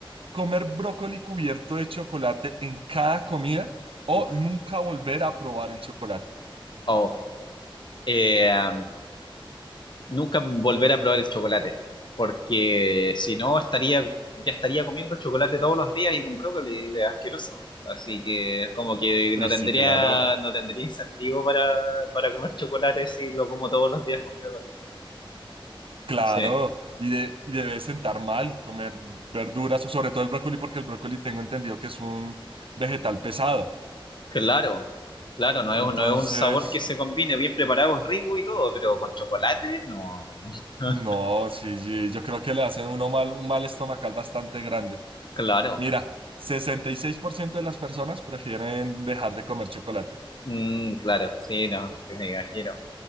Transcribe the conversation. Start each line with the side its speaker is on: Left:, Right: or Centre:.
Right: Comer brócoli cubierto de chocolate en cada comida o
Left: Uf,
Right: nunca volver a probar el chocolate.
Left: oh. Eh, um, nunca volver a probar el chocolate, porque si no estaría, ya estaría comiendo chocolate todos los días y con brócoli, es asqueroso. Así que como que
Right: Uy,
Left: no tendría,
Right: sí, claro,
Left: no tendría incentivo para, para comer chocolate si lo como todos los días con brócoli.
Right: claro.
Left: Sí,
Right: Y, de- y debe sentar mal comer verduras o sobre todo el brócoli, porque el brócoli tengo entendido que es un vegetal pesado.
Left: claro, claro, no
Right: Entonces,
Left: es, no es un sabor que se combine bien preparado, es rico y todo, pero con chocolate, no, no.
Right: no,
Left: <laughs>
Right: sí, sí, yo creo que le hacen uno mal, un mal estomacal bastante grande.
Left: Claro,
Right: Mira, 66% de las personas prefieren dejar de comer chocolate.
Left: Mm, claro, sí, no, sí, me imagino.